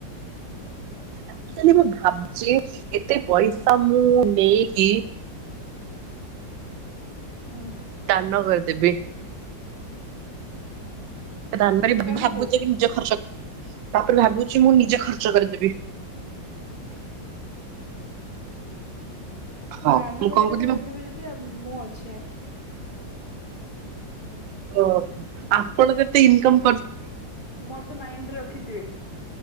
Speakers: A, on the right; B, on the left.
A: ଅକ୍ଚୁଲି ମୁଁ ଭାବୁଛି ଏତେ ପଇସା ମୁଁ ନେଇକି
B: ହୁଁ
A: ତାନ କରି ଦେବି। ତାନ
B: କାହାକୁ
A: ବି ଭାବୁଛି କି ନିଜ ଖର୍ଚ ତାପରେ ଭାବୁଛି, ମୁଁ ନିଜେ ଖର୍ଚ୍ଚ କରିଦେବି। ହଁ
B: ଦାରଣ
A: ମୁଁ
B: କରିବା
A: କଣ କହୁଥିଲି
B: କଥା ଭାବିବ
A: ମୁଁ
B: ଯଦି ମୁଁ ଅଛି ଆ।
A: ଓହ! ଆପଣ ଯେତେ ଇନକମ୍
B: ମତେ ମାଇଣ୍ଡରେ ରଖିଥିବେ।